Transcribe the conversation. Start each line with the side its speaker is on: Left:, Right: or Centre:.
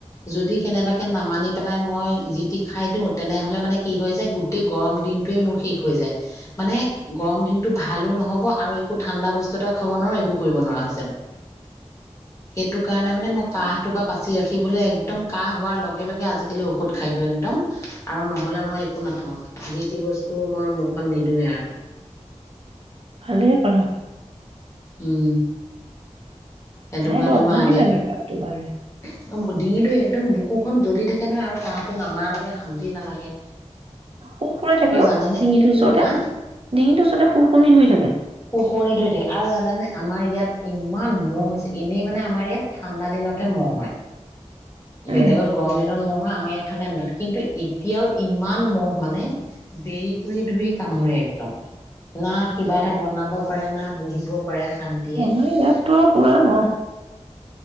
Left: যদি কেনেবাকে নামানি পেলাই মই যি টি খাই দিওঁ, তেনেহলে মানে কি হয় যায় গোটেই গৰম দিনটোৱে মোৰ শেষ হৈ যায়। মানে গৰম দিনতটো ভালো নহ'ব আৰু একো ঠাণ্ডা বস্তু এটাও খাব নোৱাৰো একো কৰিব নোৱাৰা হৈ যাম। সেইটো কাৰণে মানে মই কাহ পা বাচি ৰাখিবলৈ একদম কাহ হোৱাৰ লগে-লগে আজিকালি ঔষধ খাই দিওঁ একদম আৰু নহলে মই একো নাখাওঁ, যি টি বস্তু মই মুখত নিদিওঁৱে আৰু।
Right: হাল পঢ়া।
Left: উম সেইটো
Right: নাই
Left: কাৰণে
Right: বাৰু অশান্তি
Left: মই আগে
Right: লাগে
Left: ভ।
Right: গাটো কাৰণে।
Left: ডিঙিটো একদম বুকুখন জ্বলি থাকে নহয়, আৰু কাহটো নামাৰ লাগে শান্তি নালাগে।
Right: শু ফুৰে থাকেও
Left: আৰু জানেনে
Right: ডিঙিটোৰ ওচৰতে,
Left: হা
Right: ডিঙিটোৰ ওচৰতে শু শুৰণনি ধৰি থাকে।
Left: শুকনি থৈ থাকে আৰু জানোনে, আমাৰ ইয়াত ইমান মহ হৈছে, এনেই মানে আমাৰ ইয়াত ঠাণ্ডা দিনতহে মহ হয়। বেলেগত
Right: উম।
Left: গৰম দিনত নহয় আমাৰ ইয়াত দিনত কিন্তু এতিয়াও ইমান মহ মানে, দেৰি কৰি ধৰি কামোৰে একদম। না কিবা এ এটা বনাব পাৰে না বহিব পাৰে শান্তিয়ে।
Right: আমাৰ ইয়াততো আৰু পুৰা ন?